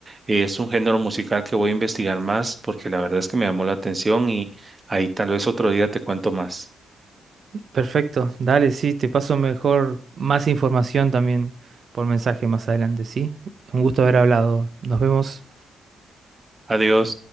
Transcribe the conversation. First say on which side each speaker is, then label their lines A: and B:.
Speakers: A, on the right (about 30°); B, on the right (about 55°).
A: Eh, Es un género musical que voy a investigar más porque la verdad es que me llamó la atención y ahí tal vez otro día te cuento más.
B: Perfecto, dale, sí, te paso mejor más información también por mensaje más adelante, ¿sí? Un gusto haber hablado. Nos vemos.
A: Adiós.